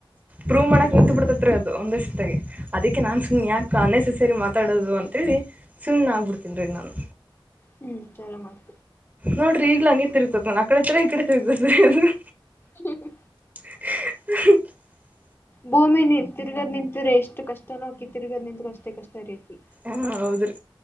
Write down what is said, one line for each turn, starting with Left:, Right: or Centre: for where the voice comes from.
Right: ಪ್ರೂವ್ ಮಾಡಕ್ ನಿಂತು ಬಿಿಡ್ತತ್ರಿ ಅದು ಒಂದಷ್ಟತ್ತಾಗ ಅದಕ್ಕೆ ನಾನ್ ಸುಮ್ ಯಾಕ ಅ <inaudible> ಸೇರಿ ಮಾತಾಡೋದು ಅಂತೇಳಿ ಸುಮ್ನೆ ಆಗ್ಬಿಡ್ತನ್ ರೀ ನಾನು..
Left: ಹ್ಮ್ ಚರ ಮಾಡ್..
Right: ನೋಡ್ರಿ ಈಗ್ಲ ಹಂಗಿ ತಿರ್ಗ್ತೇತ್ ನ ಆ ಕಡೆ ಹತ್ರ ಈ ಕಡೆ ತಿರುಗ್ತತ್ರಿ ಅ..
Left: ಹ್ಮ.
Right: ಹ.
Left: ಭೂಮಿ ತಿರ್ಗದ್ ನಿಂತಿರ್ರ ಎಷ್ಟು ಕಷ್ಟನೋ ಆಕಿ ತಿರ್ಗದ್ ನಿಂತರು ಅಷ್ಟೇ ಕಷ್ಟ ರಐತಿ..
Right: ಹ ಹೌದ್ರಿ